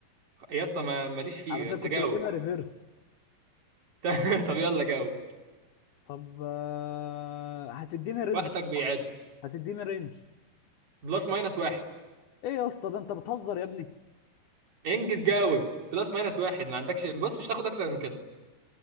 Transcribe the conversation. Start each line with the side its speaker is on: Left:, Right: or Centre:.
Right: يا اسطى ما ماليش فيه
Left: علشان
Right: انت
Left: كنت
Right: جاوب
Left: بجيبها ريفيرس
Right: <laughs> طب يلا جاوب
Left: طب آه هتديني رينج
Right: وقتك بيعد
Left: هتديني رينج
Right: بلس ماينس واحد
Left: ايه يا اسطى ده انت بتهزر يا ابني
Right: انجز جاوب بلس ماينس واحد ما عندكش بص مش هتاخد اكتر من كده